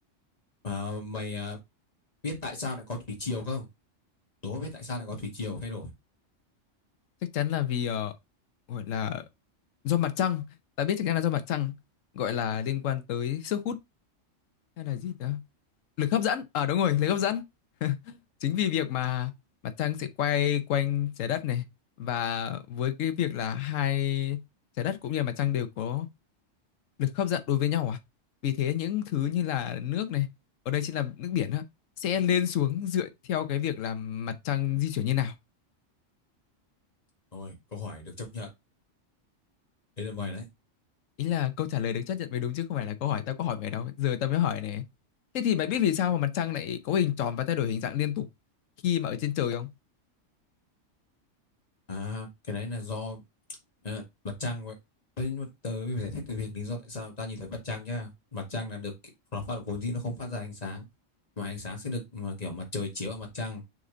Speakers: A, on the left; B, on the left.
A: à, mày à, biết tại sao lại có thủy triều không? Đố biết tại sao lại có thủy triều thay đổi.
B: Chắc chắn là vì ờ, gọi là do mặt trăng. Tao biết chắc chắn là do mặt trăng. Gọi là liên quan tới sức hút hay là gì đó. Lực hấp dẫn. Ờ à, đúng rồi, lực hấp dẫn. <laughs> Chính vì việc mà mặt trăng sẽ quay quanh trái đất này và với cái việc là hai trái đất cũng như là mặt trăng đều có lực hấp dẫn đối với nhau à vì thế những thứ như là nước này ở đây chính là nước biển á sẽ lên xuống dựa theo cái việc là mặt trăng di chuyển như nào
A: Rồi, câu hỏi được chấp nhận. Thế là mày đấy.
B: ý là câu trả lời được chấp nhận mới đúng chứ không phải là câu hỏi tao có hỏi mày đâu giờ tao mới hỏi này thế thì mày biết vì sao mà mặt trăng lại có hình tròn và thay đổi hình dạng liên tục khi mà ở trên trời không
A: À, cái đấy là do à, mặt trăng vậy. Thế nhưng mà tớ phải giải thích từ việc lý do tại sao ta nhìn thấy mặt trăng nhá. Mặt trăng là được nó phát vốn dĩ nó không phát ra ánh sáng mà ánh sáng sẽ được mà kiểu mặt trời chiếu vào mặt trăng